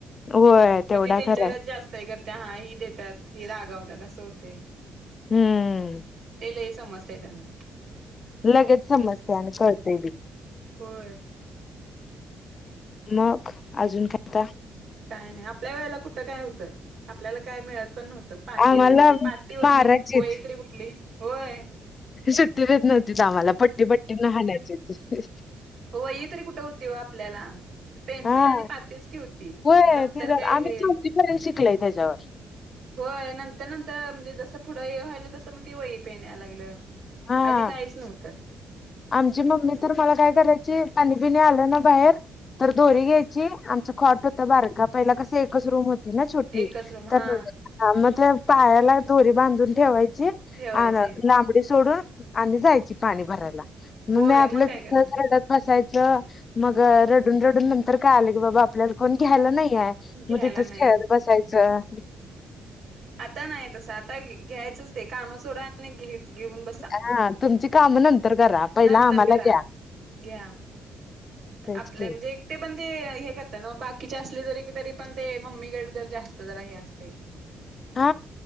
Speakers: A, on the left; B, on the right.
A: होय तेवढा
B: मग ते त्यांच्याकडेच
A: खराय
B: जास्त आहे करते हा ही देतात ही रागावतात असं होते.
A: हम्म.
B: ते समजते त्यांना
A: लगेच समजतय आणि कळतं बी
B: होय
A: मग अजून खता
B: काय नाही आपल्या वेळेला कुठं काय होतं आपल्याला काय मिळत पण नव्हतं पार्टी
A: आम्हाला
B: वगैरे पार्टी होती
A: मारायचीत
B: हो य त रे कुठली होय
A: सुट्टी देत नव्हतीच आम्हाला पट्टी पट्टी न हालायची हो
B: होय हे तरी कुठे होती व आपल्याला पेन्सिल
A: हा
B: आणि पाटी क होती
A: होय
B: दप्तर
A: त्याच्यात
B: काय
A: आम्ही
B: हे
A: चौथीपर्यंत शिकलोय त्याच्यावर
B: होय नंतर नंतर म्हणजे जसं पुढं हे व्हायलं तसं मग ती वही पेन यायला लागलं
A: हा
B: आधी काहीच नव्हतं
A: आमची मम्मी तर मला काय करायची पाणी बिणी आलं ना बाहेर तर दोरी घ्यायची आमचं खॉट होतं बारका पहिला कस एकच रूम होती ना छोटी
B: एकच रूम
A: तर
B: हा
A: ह मग त्या पायाला दोरी बांधून ठेवायची
B: ठेवायचे
A: लाब सोडून आणि जायची पाणी भरायला
B: होय
A: मग मी आपल्या
B: काय करणार
A: कसायचं मग रडून रडून नंतर काय आलं की बाबा आपल्याला कोण घ्यायला नाहीय
B: घ्यायला
A: मग तिथंच
B: नाही
A: खेळत बसायचं
B: आता नाही तसं आता घ्यायचंच ते काम सोडा आणि घे घेऊन बसा
A: हा तुमची काम नंतर करा पहिला
B: नंतर
A: आम्हाला
B: करा
A: घ्या
B: घ्या
A: तेच
B: आपले
A: की
B: म्हणजे ते पण ते हे करतात ना बाकीचे असले जरी तरी पण ते मम्मीकडे जर जास्त जरा हे असते
A: हा